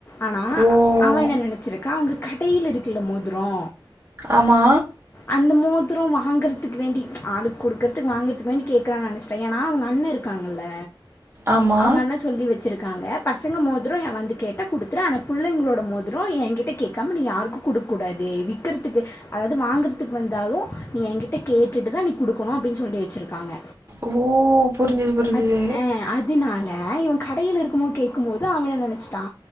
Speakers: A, on the left; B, on the right.
A: ஆனா
B: ஓ
A: அவன் என்ன நெனச்சிருக்கா அவங்க கடையில இருக்கல மோதுரோ
B: ஆமா
A: அந்த மோதுரோ வாங்குறதுக்கு வேண்டி ஆளுக்கு குடுக்குறதுக்கு வாங்குறதுக்கு வேண்டி கேக்குறான்னு நெனச்சிட்டே ஏன்னா அவங்க அண்ணே இருக்கு இருக்காங்கள
B: ஆமா
A: அவங்க அண்ணே சொல்லி வச்சிருக்காங்க பசங்க மோதிரோ வந்து கேட்டா குடு ஆன புள்ளைங்களோட மோதிரோ என்கிட்ட கேக்காம நீ யாருக்கு குடுக்க கூடாது விக்குறதுக்கு அதாவது வாங்கறது த்துக்கு வந்தாலு நீ என்கிட்ட கேட்டுட்டு தா நீ குடுக்கணு அப்டின்னு சொல்லி வச்சுருக்காங்க
B: ஓ புரிஞ்சுது புரிஞ்சுது
A: அது அ அது அதனால இவெ கடையில இருக்கும்மோ கேக்கும் போது அவளை நெனச்சிட்டா